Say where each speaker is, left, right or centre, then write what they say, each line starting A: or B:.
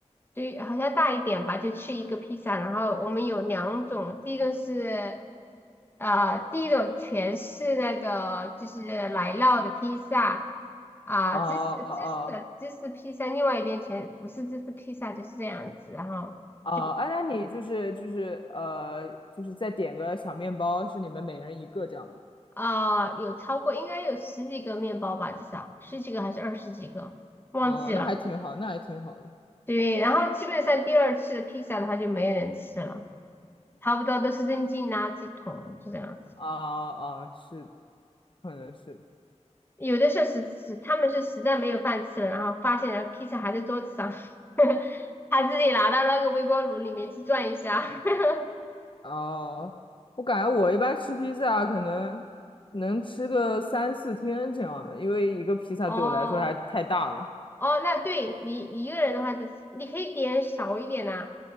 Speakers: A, on the left; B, on the left.
A: 对，好像大一点吧，就吃一个披萨。然后我们有两种，第一个是，呃，第一种全是那个就是奶酪的披萨啊，
B: 哦哦
A: 芝士芝士的芝士披萨，另外一边全不是芝士披萨，就是这样子。然后就
B: 哦，哎，那你就是就是呃，就是再点个小面包，是你们每人一个这样吗？
A: 啊、呃有超过应该有十几个面包吧，至少十几个还是二十几个，忘记了。
B: 哦，那还挺好，那还挺好的。
A: 对，然后基本上第二次的披萨的话就没人吃了，差不多都是扔进垃圾桶，就这样。
B: 啊啊，是的，可能是。
A: 有的是实实他们是实在没有饭吃了，然后发现了披萨还在桌子上，<laughs> 他自己拿到那个微波炉里面去转一下。<laughs>
B: 哦，我感觉我一般吃披萨可能能吃个三四天这样的，因为一个披萨对我来说还太大了。
A: 哦哦，那对你一个人的话，就你可以点少一点呐、